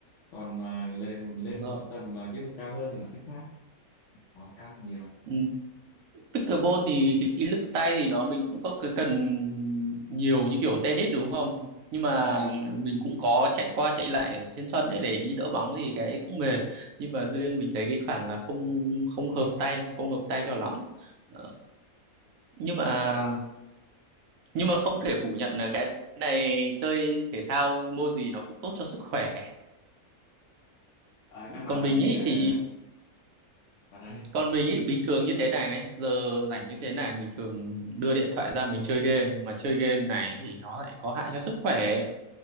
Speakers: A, on the left; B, on the right.
A: còn mà lên lên
B: đúng rồi
A: một tầm mà kỹ thuật cao hơn thì nó sẽ khác nó cao nhiều
B: ừ. pickleball thì cái kỹ lực tay thì nó mình cũng không cái cần nhiều như kiểu tennis đúng không nhưng mà
A: đúng không
B: mình cũng có chạy qua chạy lại ở trên sân ấy để đi đỡ bóng thì cái cũng mệt nhưng mà riêng mình thấy cái khoản là không không hợp tay không hợp tay cho lắm Ờ, nhưng mà
A: Vâng.
B: nhưng mà không thể phủ nhận là cái này chơi thể thao môn gì nó cũng tốt cho sức khỏe
A: à, căn bản
B: còn
A: là
B: mình
A: mình
B: ấy
A: à,
B: thì
A: bạn nói đi
B: còn mình ấy bình thường như thế này này giờ rảnh như thế này mình thường đưa điện thoại ra mình chơi game mà chơi game này thì nó lại có hại cho sức khỏe